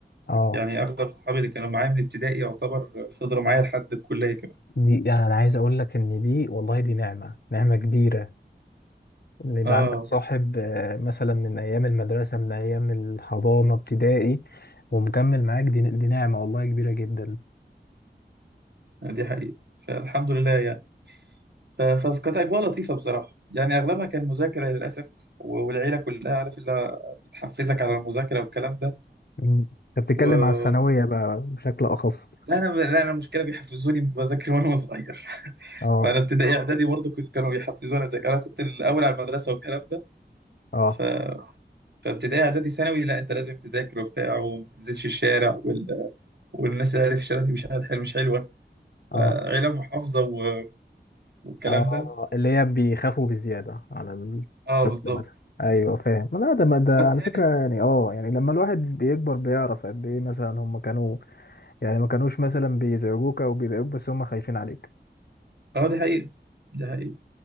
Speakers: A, on the left; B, on the right.
A: اه
B: يعني اغلب اصحابي اللي كانوا معايا من ابتدائي يعتبر فضلوا معايا لحد الكليه كمان
A: دي يعني انا عايز اقول لك ان دي والله دي نعمه نعمه كبيره ان يبقى
B: اه
A: عندك صاحب آه، مثلا من ايام المدرسه من ايام الحضانه ابتدائي ومكمل معاك دي دي نعمه والله كبيره جدا
B: يعني دي حقيقه فالحمد لله يعني ف- فكانت اجواء لطيفه بصراحه يعني اغلبها كان مذاكره للاسف والعيله كلها عارف اللي بتحفزك على المذاكره والكلام
A: مم. انت بتتكلم
B: ده
A: على الثانويه بقى بشكل اخص
B: لا انا لا انا المشكله بيحفزوني بذاكر وانا صغير <laughs>
A: اه
B: فانا ابتدائي اه اعدادي برضه كنت- كانوا بيحفزوني اذاكر انا كنت الاول على المدرسه والكلام ده
A: اه
B: ف... فابتدائي اعدادي ثانوي لا انت لازم تذاكر وبتاع وما تنزلش الشارع وال... والناس اللي عارف الشارع دي مش حلوه مش حلوه
A: اه
B: فعيله محافظه و... والكلام
A: اه
B: ده
A: اللي هي بيخافوا بالزيادة على الطفل
B: اه بالظبط
A: مثلا ايوه فاهم لا ده ما ده على
B: بس يعني
A: فكرة يعني اه يعني لما الواحد بيكبر بيعرف قد ايه مثلا هم كانوا يعني ما كانوش مثلا بيزعجوك او بيضايقوك بس هم خايفين عليك
B: اه دي حقيقه دي حقيقه